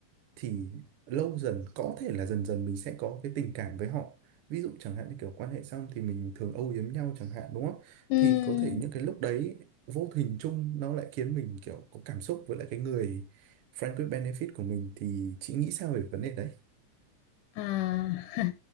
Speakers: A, on the right; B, on the left.
A: thì lâu dần có thể là dần dần mình sẽ có cái tình cảm với họ ví dụ chẳng hạn như kiểu quan hệ xong thì mình thường âu yếm nhau chẳng hạn đúng không
B: ừm.
A: thì có thể những cái lúc đấy vô hình chung nó lại khiến mình kiểu có cảm xúc với lại cái người friend with benefit của mình thì chị nghĩ sao về vấn đề đấy
B: À, <laughs>